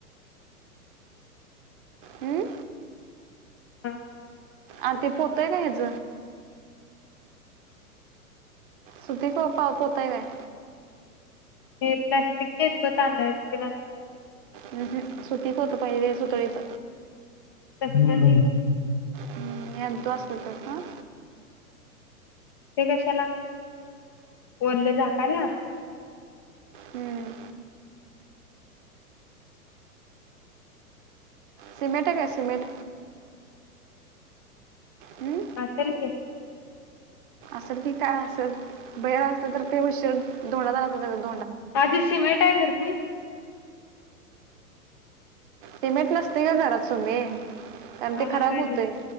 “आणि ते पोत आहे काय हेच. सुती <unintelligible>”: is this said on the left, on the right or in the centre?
Right